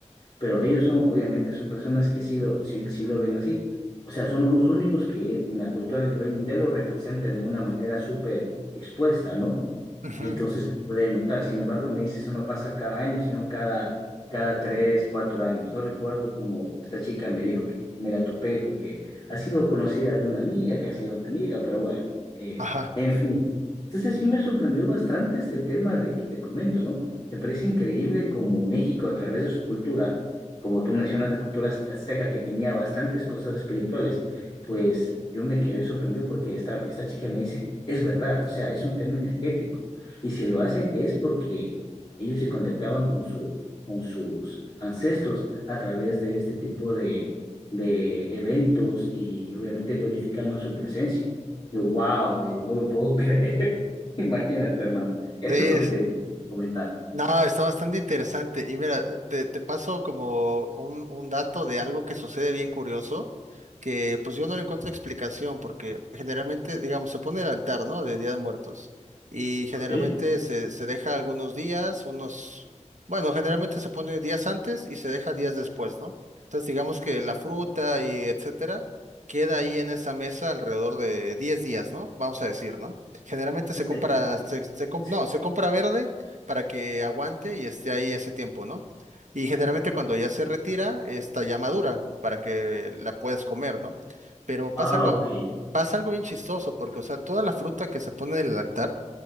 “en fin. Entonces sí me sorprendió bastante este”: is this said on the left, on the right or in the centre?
Left